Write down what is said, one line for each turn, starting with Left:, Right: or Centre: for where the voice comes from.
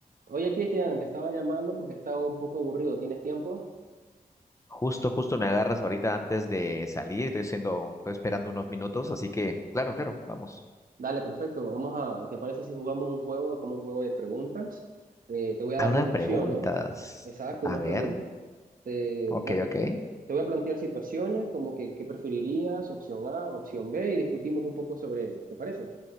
Right: Oye, Cristian, te estaba llamando porque estaba un poco aburrido. ¿Tienes tiempo?
Left: Justo, justo me agarras ahorita antes de salir. Estoy siendo, estoy esperando unos minutos, así que, claro, claro, vamos.
Right: Dale, perfecto. Vamos a, ¿te parece si jugamos un juego como un juego de preguntas? Eh, te voy a
Left: A
Right: dar
Left: unas
Right: dos opciones.
Left: preguntas.
Right: Exacto,
Left: A
Right: una
Left: ver,
Right: pregunta. Te,
Left: ok,
Right: da- te
Left: ok.
Right: voy a plantear situaciones como que qué preferirías, opción A, opción B, y discutimos un poco sobre ello. ¿Te parece?